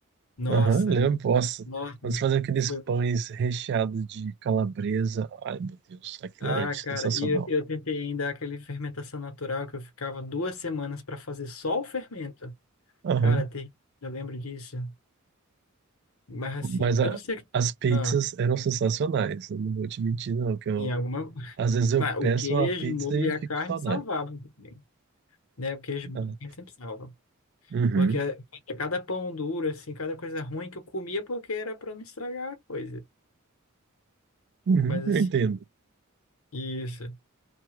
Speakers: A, on the left; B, on the right.
A: Nossa,
B: Aham, lembro.
A: eu-
B: Nossa,
A: nossa,
B: quando você faz aqueles
A: foi
B: pães
A: bom.
B: recheados de calabresa. Ai, meu Deus, aquilo
A: Ah,
B: era sensacional.
A: cara, e eu, eu tentei ainda aquele fermentação natural que eu ficava duas semanas para fazer só o fermento.
B: Aham.
A: Cara, ter, eu lembro disso. Mas assim,
B: Mas a-
A: eu não sei.
B: as pizzas
A: Ah,
B: eram sensacionais. Eu não vou te mentir, não. Que eu,
A: tem alguma.
B: às vezes eu
A: Mas o
B: peço
A: queijo,
B: uma pizza
A: o molho
B: e
A: e a
B: fico
A: carne
B: com saudade.
A: salvavam também, né? O queijo e
B: Ah,
A: a carne sempre salva.
B: uhum,
A: Porque a- cada pão duro, assim, cada coisa ruim que eu comia porque era pra não estragar a coisa.
B: uhum,
A: Mas assim,
B: eu entendo.
A: isso.